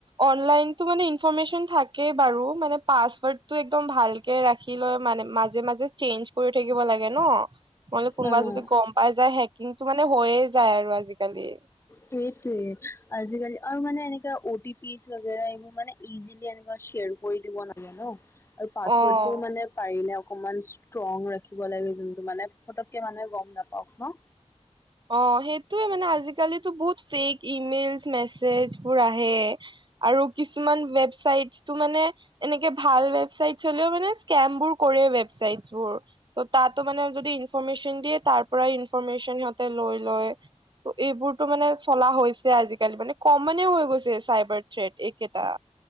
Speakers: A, on the right (about 40°); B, on the left (about 20°).
A: অনলাইনতো মানে ইনফৰ্মেচন থাকেই বাৰু মানে পাছৱৰ্ডটো একদম ভাল কে ৰাখিলৈ মানে মাজে মাজে চেঞ্জ কৰি থাকিব লাগে ন' নহ'লে কুনবা
B: অ'
A: যদি গম পাই যায় হেকিংটো মানে হৈয়ে যায় আৰু আজিকালি।
B: সেইটোৱে আজিকালি আৰু মানে এনেকাে অ টি পি <unintelligible> এইবোৰ মানে ইজিলি এনেকুৱা শ্বেয়াৰ কৰি দিব নালাগে ন' আৰু পাছৱৰ্ডটো
A: অ
B: মানে পাৰিলে অকমান ষ্ট্ৰং ৰাখিব লাগে যোনটো মানে পতককে মানুহে গম নাপাওক ন।
A: অ', সেইটোয়ে মানে আজিকালিতো বহুত ফেক ইমেইল মেছেজবোৰ আহে। আৰু কিছুমান ৱেবচাইটটো মানে এনেকে ভাল ৱেবছাইটচ হ'লেও মানে স্কেমবোৰ কৰে ৱেবছাইটচবোৰ ত' তাতো মানে যদি ইনফৰ্মেচন দিয়ে তাৰ পৰাই ইনফৰ্মেচন সিহঁতে লৈ লয়। ত' এইবোৰতো মানে চলা হৈছে আজিকালি মানে ক'মনে হৈ গৈছে চাইবাৰ থ্ৰেট এইকেইটা।